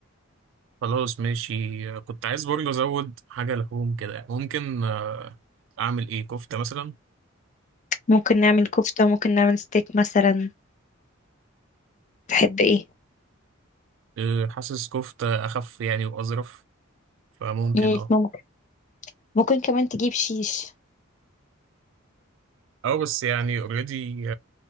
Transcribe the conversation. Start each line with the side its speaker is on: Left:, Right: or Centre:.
Right: خلاص ماشي آه، كنت عايز برضه ازود حاجه لحوم كده ممكن آه، اعمل ايه كفته مثلا
Left: ممكن نعمل كفتة ممكن نعمل ستيك مثلا تحب ايه
Right: آه، حاسس كفتة أخف يعني وأظرف فممكن
Left: مم،
Right: اه
Left: ممكن ممكن كمان تجيب شيش
Right: أو بس يعني اوريدي